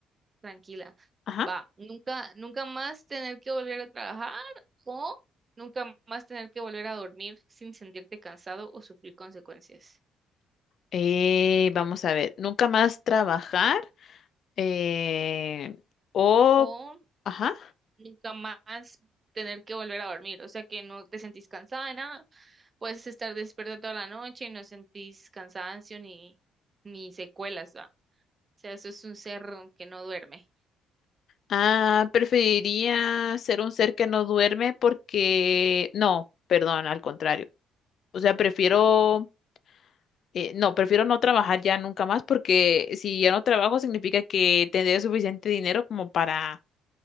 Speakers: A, on the right (about 35°); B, on the left (about 55°).
A: tranquila.
B: Ajá.
A: Va, nunca, nunca más tener que volver a trabajar o nunca más tener que volver a dormir sin sentirte cansado o sufrir consecuencias.
B: Eh, vamos a ver, nunca más trabajar eh, o
A: O
B: ajá.
A: nunca más tener que volver a dormir, o sea que no te sentís cansada de nada, puedes estar despierta toda la noche y no sentís cansancio ni, ni secuelas, ¿va? O sea, eso es un cerro que no duerme.
B: Ah, preferiría ser un ser que no duerme porque, no, perdón, al contrario. O sea, prefiero, eh, no, prefiero no trabajar ya nunca más porque si ya no trabajo significa que tendré suficiente dinero como para